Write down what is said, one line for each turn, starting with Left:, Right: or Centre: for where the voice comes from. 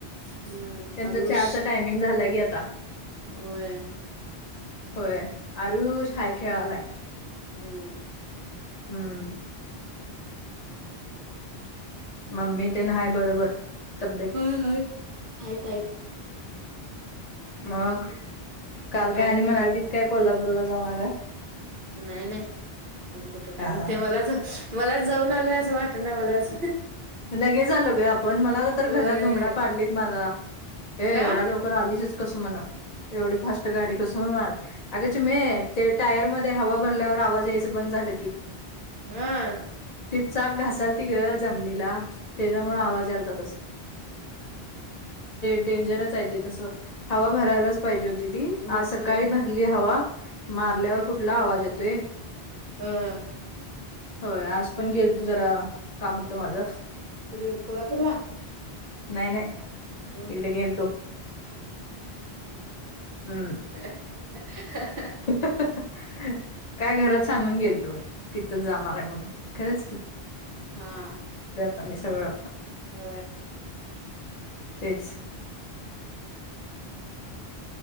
Right: हम्म
Left: त्यांचा
Right: आरुष
Left: चहाचा टायमिंग झाला की आता.
Right: होय.
Left: होय आरुष हाय खेळायलाय.
Right: हम्म.
Left: हम्म. मम्मी ते हाय बरोबर तब्येत
Right: हाय हाय. आहेत आहेत
Left: मग काल काय आणि
Right: नाही
Left: म्हणाल
Right: बघ
Left: तित काय कोल्हापूरला जाऊन आला.
Right: नाही नाही म्हण कुठतं काय
Left: हा
Right: म्हणते मलाच मला जाऊन आलंय असं वाटत ना मलाच.
Left: लगेच आलो ग आपण मला तर
Right: होय
Left: घरात धुमडा पाडलीत माझा. ए
Right: का
Left: एवढा लोकं आलीचच कसं म्हणा एवढी फास्ट गाडी कसं म्हण अग चिमणे टायर मध्ये हवा भरल्यावर आवाज यायच बंद झालं की.
Right: हम.
Left: ती चाक घासायल ती ग जमनीला त्याच्यामुंळ
Right: अ
Left: आवाज यायला ता तसा डेंजरच आहे ते तसं हवा भरायलाच पाहिजे. तदी
Right: होय
Left: आज सकाळी भरली हवा मारल्यावर कुठला आवाज येतोय.
Right: हम
Left: होय आज पण गेल तू जरा, कामत माझं.
Right: कुठे गेलती कोल्हापूरला?
Left: नाही नाही
Right: हम्म.
Left: इकडे गेल तो. हम्म
Right: हा हा.
Left: ह. काय घरात सांगून गेल तुम् तिथच जाणार आहे म्हणून खरंच की
Right: हा.
Left: आम्ही सगळ.
Right: अ
Left: तेच